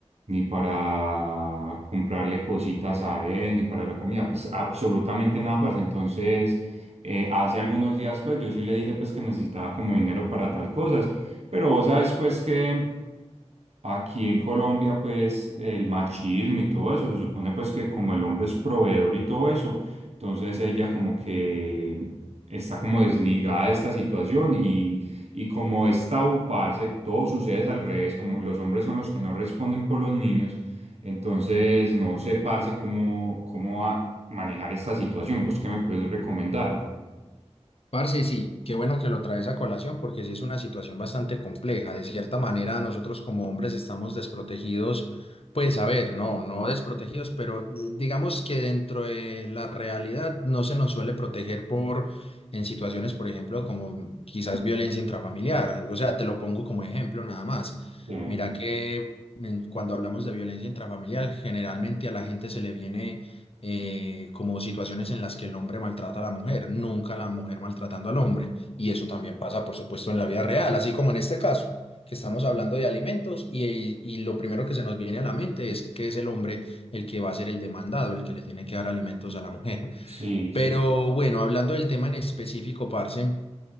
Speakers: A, on the right; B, on the left.
A: ni para comprarle cositas a él, ni para la comida, pues absolutamente nada, parce. Entonces, eh, hace algunos días pues yo sí le dije pues que necesitaba como dinero para tal cosas, pero vos sabes pues que Aquí en Colombia, pues el machismo y todo eso, se supone pues que como el hombre es proveedor y todo eso, entonces ella como que está como desligada de esta situación y, y como es tabú, parce, todo sucede al revés, como los hombres son los que no responden por los niños, entonces no sé, parce, cómo, cómo a- manejar esta situación, ¿vos qué me puedes recomendar?
B: Parce, sí, qué bueno que lo traes a colación porque sí es una situación bastante compleja. De cierta manera, nosotros como hombres estamos desprotegidos, pues a ver, no, no desprotegidos, pero eh, digamos que dentro de la realidad no se nos suele proteger por en situaciones, por ejemplo, como quizás violencia intrafamiliar. O sea, te lo pongo como ejemplo nada más.
A: Bien.
B: Mira que mm, cuando hablamos de violencia intrafamiliar, generalmente a la gente se le viene eh, como situaciones en las que el hombre maltrata a la mujer, nunca la mujer maltratando al hombre. Y eso también pasa, por supuesto, en la vida real, así como en este caso, que estamos hablando de alimentos y, y lo primero que se nos viene a la mente es que es el hombre el que va a ser el demandado, el que le tiene que dar alimentos a la mujer.
A: Sí, sí.
B: Pero bueno, hablando del tema en específico, parce,